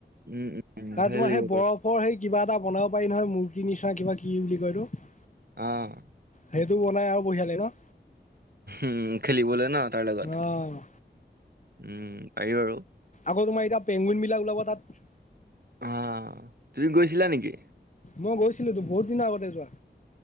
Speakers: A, on the right; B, on the left.
A: উম উম
B: তাৰ
A: ভালে
B: তোমাৰ
A: লাগিব
B: সেই বৰফ।
A: বাৰু।
B: অঁ সেই কিবা এটা বনাব পাৰি নহয়, মূৰ্গীৰ নিচিনা কিবা কি বুলি কয় এইটো।
A: অঁ।
B: সেইটো বনাই আৰু বঢ়িয়া লাগে ন।
A: উম খেলিবলৈ ন তাৰ লগত,
B: অ',
A: উম পাৰি বাৰু।
B: আক তোমাৰ এতিয়া- পেংগুইন বিলাক ওলাব তাত।
A: অঁ গৈছিলা নেকি?
B: মই গৈছিলো তো, বহুত দিনৰ আগতে যোৱা।